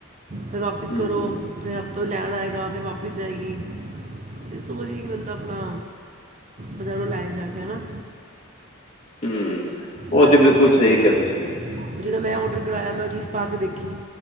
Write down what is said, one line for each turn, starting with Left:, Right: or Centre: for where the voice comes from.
Right: ਫਿਰ ਵਾਪਿਸ
Left: ਹੂੰ
Right: ਕਰੋ ਫਿਰ ਹਫ਼ ਲੈਣ ਆਏਗਾ ਫਿਰ ਵਾਪਿਸ ਜਾਏਗੀ, ਇਸ ਤੋਂ ਵਧੀਆ ਕਿ ਬੰਦਾ ਆਪਣਾ ਬਜ਼ਾਰੋਂ ਲੈ ਜਾ ਕੇ ਹਨਾ
Left: ਹੂੰ ਉਹ
Right: ਲੈਂਦੇ
Left: ਤਾਂ ਬਿਲਕੁਲ
Right: ਔਨਲਾਈਨ ਚੀਜ਼ਾਂ
Left: ਸਹੀ ਕਿਹਾ ਤੁਸੀਂ
Right: ਜਦੋਂ ਮੈਂ ਔਡਰ ਕਰਵਾਇਆ, ਮੈਂ ਉਹ ਚੀਜ਼ ਪਾ ਕੇ ਦੇਖੀ